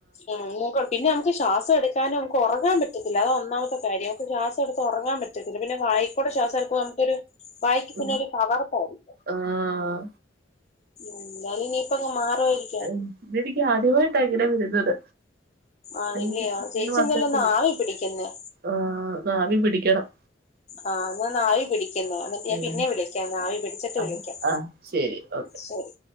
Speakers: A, on the left; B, on the right.
A: ഉം മൂക്കട പിന്നെ നമുക്ക് ശ്വാസം എടുക്കാനോ നമുക്ക് ഒറങ്ങാൻ പറ്റ് പറ്റത്തില്ല അത് ഒന്നാമത്തെ കാര്യംമക്ക് ശ്വാസംടുത്ത് ഒറങ്ങാൻ പറ്റത്തില്ല പിന്നെ വായിക്കുടെ ശ്വാസ എടുക്കുമ്പമ്മക്കൊരു വായിക്ക പിന്നെ
B: ഉം
A: ഒരു കവർപ്പായിരിക്കും
B: ആഹ്
A: എന്തയലു. ഇനി ഇപ്പൊക്ക മാറുവയിരിക്കും.
B: ഉം ഇതെനിക്ക് ആദ്യവായിട്ട ങ്ങനേ വരുന്നത്
A: ആണല്ലിയോ
B: <unintelligible>
A: ചേച്ചി
B: എ വന്നിട്ടില്ല
A: എന്തായാലും ഒന്ന് ആവി പിടിക്കുന്നേ
B: ആഹ് ആവി പിടിക്കണം
A: ആഹ് എന്നാ ന്ന് ആവി പിടിക്കെന്ന എന്നിട്ട് ഞാൻ
B: ഉം
A: പിന്നെ വിളിക്കാം ആവി പിടിച്ചിട്ട് വിളിക്കാം
B: ആഹ് ആഹ് ശരി ഓക്കെ
A: ശരി.